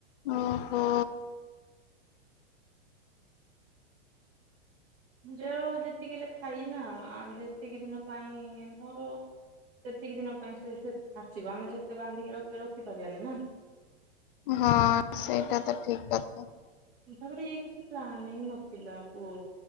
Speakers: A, on the left (about 55°); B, on the right (about 65°).
A: ଓହୋ।
B: ଯଉ ଯେତିକି ଲେଖା ଇ ନା ସେତିକି ଦିନ ପାଇଁ ମୋର ସେତିକି ଦିନ ପାଇଁ ସେ ଆସିବ, ଆମେ ଯେତେ ବାନ୍ଧିକି ରଖିଲେ ରଖିପାରିବାନି, ନା।
A: ହଁ ସେଇଟା ତ ଠିକ କଥା।
B: ତାପରେ, ଇଏ କିଛି ପ୍ଲାନିଂ ନଥିଲା, ପୁଅ